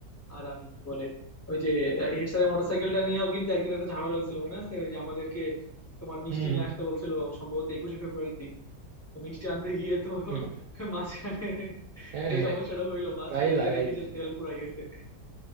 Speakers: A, on the left; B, on the right.
A: আর আমি কি বলে ওই যে হেড স্যারের মোটর সাইকেলটা নিয়েও কিন্তু একদিন একটা ঝামেলা হয়েছিল মনে আছে ওই যে আমাদেরকে তোমার মিষ্টি
B: হম
A: নিয়ে
B: হম।
A: আসতে বলছিল সম্ভবত একুশে ফেব্রুয়ারির দিন তো মিষ্টি আনতে গিয়ে তো
B: হুম হুম
A: মাঝখানে
B: হ্যাঁ
A: যে
B: হ্যাঁ
A: সমস্যাটা হইলো মাঝখানে
B: প্রায়
A: গিয়ে
B: লাগাই
A: দেখি
B: দিছিলাম
A: যে তেল ফুরাই গেছে